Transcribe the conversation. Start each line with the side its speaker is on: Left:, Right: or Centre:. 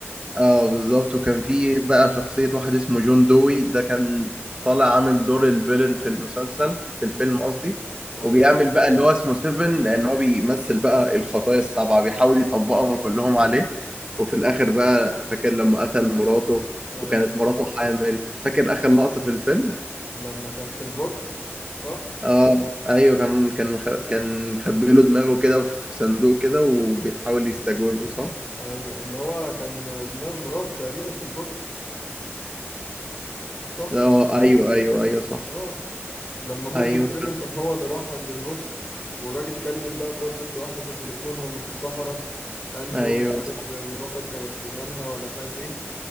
Right: آه بالضبط، وكان في بقى شخصية واحد اسمه جون دوي، ده كان طالع عامل دور الvillain في المسلسل في
Left: امم
Right: الفيلم قصدي،
Left: ايوه
Right: وبيعمل بقى اللي هو اسمه سيفن لإن هو بيمثّل بقى الخطايا ال7 بيحاول يطبّقهم كلّهم عليه، وفي الآخر بقى فاكر لمّا قتل مراته
Left: ايوه
Right: وكانت مراته حامل، فاكر آخر لقطة في الفيلم؟
Left: لما كان في البوكس صح؟
Right: آه، أيوه كان كان مخ كان مخبّي له دماغه كده في صندوق كده وبيحاول يستجوبه صح؟
Left: ايوه اللي هو كان دماغ مراته تقريبا في البوكس صح؟
Right: آه، أيوه، أيوه، أيوه صح،
Left: اه لما مورجان
Right: أيوه،
Left: فريمن كان هو اللي راح عند البوكس والراجل كلم بقى براد بيت لوحده في التليفون وهم في الصحراء قال
Right: أيوه.
Left: له مش عارف مراتك كانت مالها ولا مش عارف ايه